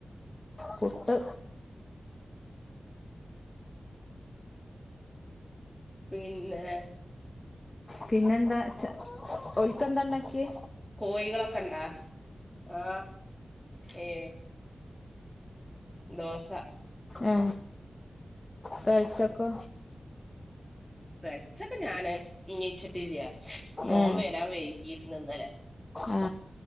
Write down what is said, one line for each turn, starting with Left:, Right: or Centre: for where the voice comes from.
Left: പുട്ട്
Centre: പിന്നെ
Left: പിന്നെന്താ ചെ ഓൽക്കന്താ ണ്ടാക്കിയേ
Centre: കോഴികളെക്കെ ഇണ്ടാ ആ ഏ ദോശ
Left: ഏ പെൽചക്കോ
Centre: പെൽച്ചക് ഞാന് നീച്ചിട്ടില്ല്യാ മോൻ
Left: ഏ
Centre: വരാൻ വൈകിര്ന്നു ഇന്നലേ
Left: ആ